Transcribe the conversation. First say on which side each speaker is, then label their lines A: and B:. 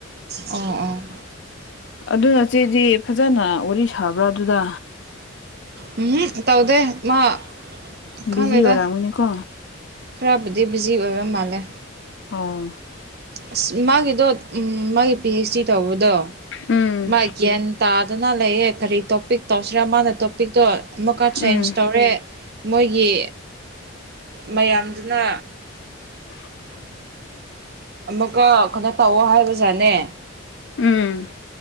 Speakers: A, on the right (about 50°); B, on the left (about 55°).
A: ꯑꯣ ꯑꯣꯥ
B: ꯑꯗꯨꯅꯆꯦꯗꯤ ꯐꯖꯅ ꯋꯥꯔꯤ ꯁꯥꯕ꯭ꯔꯥ ꯑꯗꯨꯗ
A: ꯎꯝ ꯇꯧꯗꯦ ꯃꯥ ꯈꯪꯗꯦꯗ
B: ꯕꯤꯖꯤ ꯍ ꯔꯥꯒꯨꯅꯤ ꯀꯣ
A: ꯈꯔꯕꯨꯗꯤ ꯕꯤꯖꯤ ꯑꯣꯏꯕ ꯃꯥꯜꯂꯦ
B: ꯑꯣ
A: ꯑꯁ ꯃꯥꯒꯤꯗꯣ ꯃꯥꯒꯤ ꯄꯤ ꯍꯩꯆ ꯗꯤ ꯇꯧꯕꯗꯣ
B: ꯎꯝ
A: ꯃꯥ ꯒ꯭ꯌꯥꯟ ꯇꯥꯗꯅ ꯂꯩꯌꯦ ꯀꯔꯤ ꯇꯣꯄꯤꯛ ꯇꯧꯁꯤꯔꯥ ꯃꯥꯅ ꯇꯣꯄꯤꯛꯇꯣ ꯑꯃꯨꯛꯀ
B: ꯎꯝ
A: ꯆꯦꯟꯖ ꯇꯧꯔꯦ ꯃꯣꯏꯒꯤ ꯃꯌꯥꯝꯗꯨꯅ
B: <inaudible>
A: ꯑꯃꯨꯛꯀ ꯑꯩꯈꯣꯏꯅ ꯇꯧꯑꯣ ꯍꯥꯏꯕꯖꯥꯠꯅꯦ
B: ꯎꯝ